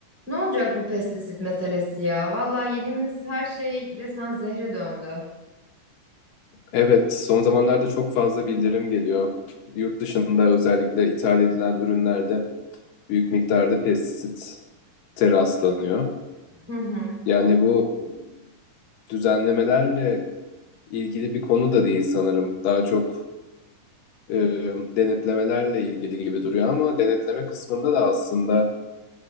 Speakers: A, in the centre; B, on the left.
A: Ne olacak bu pestisit meselesi ya? Vallahi yediğimiz her şey resmen zehre döndü.
B: Evet, son zamanlarda çok fazla bildirim geliyor. Yurt dışında özellikle ithal edilen ürünlerde büyük miktarda pestisite rastlanıyor.
A: Hı hı.
B: Yani bu e, düzenlemelerle ilgili bir konu da değil sanırım. Daha çok e, denetlemelerle ilgili gibi duruyor ama denetleme kısmında da aslında